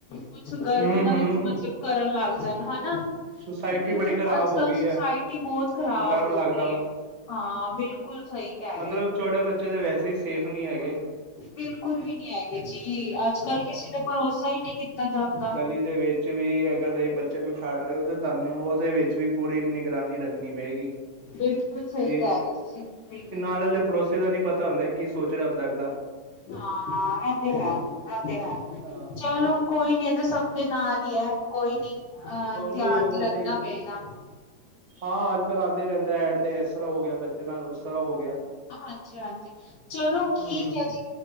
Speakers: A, on the left; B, on the right.
A: ਕੁਛ ਗਲਤ
B: ਹੂੰ
A: ਨਾ, ਮਤਲਬ
B: ਹੂੰ
A: ਕਰਨ ਲੱਗ ਜਾਣ। ਹਨਾ, ਕਿਉਂਕਿ
B: ਸੁਸਾਇਟੀ ਬੜੀ ਖ਼ਰਾਬ
A: ਅੱਜ
B: ਹੋ
A: ਕੱਲ੍ਹ
B: ਗਈ
A: ਸੁਸਾਇਟੀ
B: ਹੈ
A: ਬਹੁਤ ਖਰਾਬ
B: ਡਰ
A: ਹੋ
B: ਲੱਗਦਾ
A: ਗਈ
B: ਵਾ
A: ਹੈ। ਹਾਂ, ਬਿਲਕੁਲ ਸਹੀ ਕਹਿ ਰੇ।
B: ਮਤਲਬ, ਛੋਟੇ ਬੱਚੇ ਤਾਂ ਵੈਸੇ ਹੀ ਸੇਫ ਨਹੀਂ ਹੈਗੇ।
A: ਬਿਲਕੁਲ ਵੀ ਨਹੀਂ ਹੈਗੇ ਜੀ, ਅੱਜ ਕੱਲ ਕਿਸੇ ਤੇ ਭਰੋਸਾ ਹੀ ਨਹੀਂ ਕੀਤਾ ਜਾਂਦਾ।
B: ਗਲ਼ੀ ਦੇ ਵਿੱਚ ਵੀ, ਅਗਰ ਤੁਸੀਂ ਬੱਚੇ ਨੂੰ ਛੱਡ ਰਹੇ ਹੋ, ਤਾਂ ਤੁਹਾਨੂੰ ਉਹਦੇ ਵਿੱਚ ਵੀ, ਪੂਰੀ ਨਿਗਰਾਨੀ ਰੱਖਣੀ ਪਏਗੀ।
A: ਬਿਲਕੁਲ ਸਹੀ
B: ਤੇ
A: ਕਹਿ ਰਹੇ ਹੋ ਤੁਸੀਂ ਬਿਲਕੁਲ
B: ਨਾਲ
A: ਸਹੀ
B: ਵਾਲੇ ਪੜੋਸੀ ਦਾ ਨੀ ਪਤਾ ਹੁੰਦਾ, ਕੀ ਸੋਚ ਰਿਹਾ ਹੁੰਦਾ। ਅਗਲਾ
A: ਹਾਂ, ਇਹ ਤੇ ਹੈ, ਇਹ ਤੇ ਹੈ,
B: ਹਾਂ
A: ਚਲੋ। ਕੋਈ ਨੀ, ਇਹ ਤਾਂ ਸਭ ਦੇ ਨਾਲ ਹੀ ਹੈ, ਕੋਈ ਨੀ ਅਹ
B: ਸੁਣਦੇ
A: ਧਿਆਨ
B: ਹੀ ਹੋ
A: ਤੇ
B: ਤੁਸੀਂ
A: ਰੱਖਣਾ ਪਏਗਾ।
B: ਹਾਂ, ਅੱਜ ਕੱਲ੍ਹ ਆਉਂਦੇ ਰਹਿੰਦਾ ਐਡ ਤੇ, ਇਸ ਤਰ੍ਹਾਂ ਹੋ ਗਿਆ ਬੱਚੇ ਨਾਲ, ਉਸ ਤਰ੍ਹਾਂ ਹੋ ਗਿਆ।
A: ਹਾਂਜੀ, ਹਾਂਜੀ ਚਲੋ ਠੀਕ
B: ਹਮ
A: ਹੈ ਜੀ,